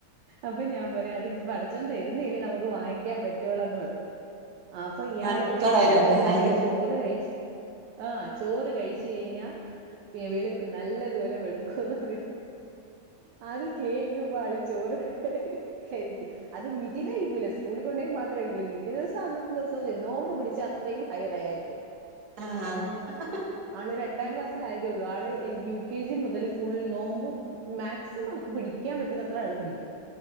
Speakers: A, on the right; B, on the right.
A: അപ്പൊ ഞാൻ പറയും അത് പടച്ചൊൻ തരുന്നല്ലേ നമുക്ക് വാങ്ങിക്കാൻ പറ്റൊള്ളന്ന് പറയും. ആഹ് അപ്പൊ ഇയാള്
B: മക്കളൊരു
A: ഇളപുരത്ത്
B: കാര്യം
A: ഞാൻ പറയും ചോറ് കഴിച്ച് ആഹ് ചോറ് കഴിച്ചു കഴിഞ്ഞാ വെളുക്ക് നല്ലതുപോലെ വെളുക്കുംന്ന് പറയും അത് കേക്ക് ക്കുചോറ് കഴിക്കും അത് വീട്ടീന്ന് കഴിക്കുല സ് കൂളിൽ കൊണ്ടൊയീ മാത്രേകഴിക്കുള്ളു വീട്ടിവെച്ച അന്നത്തേ ദിവസം നോമ്പ് പിടിച്ചാ അത്രയും ഹൈറയാക്ക്
B: ആഹ്..
A: ആണ് രണ്ടാം ക്ലാസ് തേ ഉള്ളൂ ആള് യു കെ ജി മുതൽ ഫുൾ നോമ്പ് മാക്സിമംക്ക് പിടിക്കാൻ പറ്റുന്നത്ര ആള് പിടിക്കും.